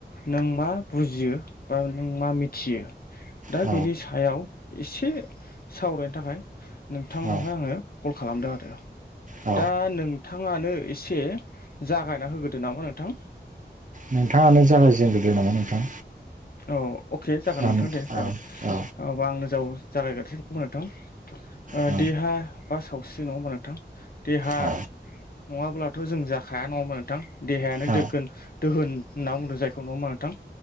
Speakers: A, on the left (about 55°); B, on the right (about 45°).
A: नों मा बुजियो? बा नों मा मिथियो? दा
B: औ
A: बेनि सायाव एसे - सावरायनो थाखाय नोंथांनावहाय
B: औ
A: आङो कल खालामदों आरो।
B: औ
A: दा नोंथाङानो एसे जागायना होग्रोदो नामा नोंथां।
B: नोंथाङानो जागायजेनग्रोदो नामा नोंथां।
A: औ अके जागोन
B: ओम
A: नोंथां दे जागोन
B: औ औ
A: अबा आंनो जाव जागायगोरसै नङा होमबा नोंथां। ओ
B: औ
A: देहा बा सावस्रि नङा होमबा नोंथां देहा
B: औ
A: नङाब्लाथ' जों जाखाया नङा होनबा नोंथां देहायानो
B: औ
A: दोगोन दोहोन होनना बुंदों जायखौ नङा होमबा नोंथां?